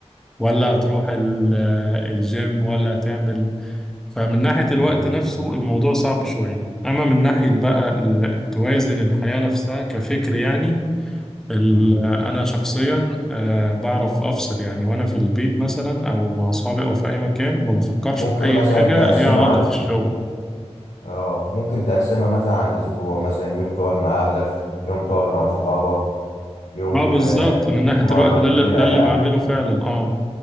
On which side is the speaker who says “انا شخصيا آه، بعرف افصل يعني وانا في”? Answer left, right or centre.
Centre